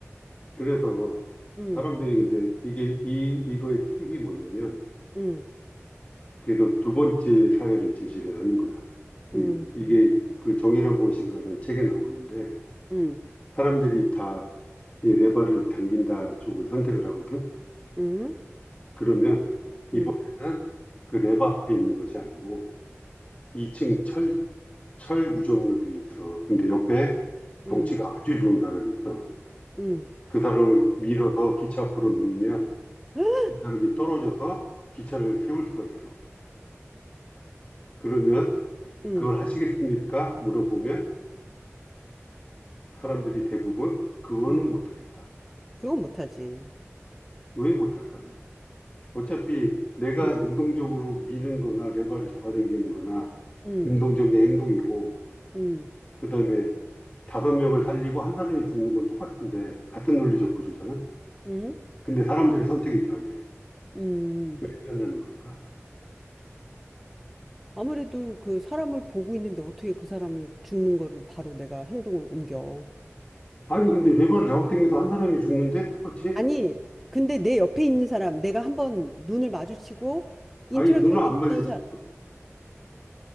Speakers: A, on the left (about 30°); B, in the centre.
A: 그래서
B: 음,
A: 사람들이 근데 이게, 이, 이거의 트릭이 뭐냐면,
B: 음,
A: 그래서 두 번째 사례를 제시를 하는 거야. 이,
B: 음,
A: 이게
B: 음,
A: 그 정의란 무엇인가라는 책에 나오는데
B: 음,
A: 사람들이 다 이 레바를 당긴다 쪽을 선택을 하거든.
B: 음,
A: 그러면 이번에는
B: 음,
A: 그 레바 앞에 있는 것이 아니고 2층 철, 철 구조물 위에 있어. 근데 옆에 덩치가
B: 음,
A: 아주 좋은 사람이 있어.
B: 음.
A: 그 사람을 밀어서 기차 앞으로 밀면
B: 응, <gasps>
A: 이 사람이 떨어져서 기차를 세울 수가 있어. 그러면
B: 응,
A: 그걸 하시겠습니까? 물어보면 사람들이 대부분 그거는
B: 응.
A: 못하겠다.
B: 그건 못하지.
A: 왜 못할까 근데? 어차피 내가
B: 응,
A: 능동적으로 미는 거나 레버를 잡아당기는 거나
B: 응,
A: 능동적인 행동이고
B: 응,
A: 그다음에 다섯 명을 살리고 한 사람이 죽는 건 똑같은데 같은 논리적 구조잖아.
B: 응,
A: 근데 사람들의 선택이 변해.
B: 응.
A: 왜 변하는 걸까?
B: 아무래도 그 사람을 보고 있는데 어떻게 그 사람이 죽는 거를 바로 내가 행동을 옮겨.
A: 아니 근데 레버를 잡아당겨도 한 사람이 죽는데 똑같이?
B: 아니, 근데 내 옆에 있는 사람, 내가 한번 눈을 마주치고 인터랙션이
A: 아니 눈을 안 마주쳤어.
B: 있던 사람,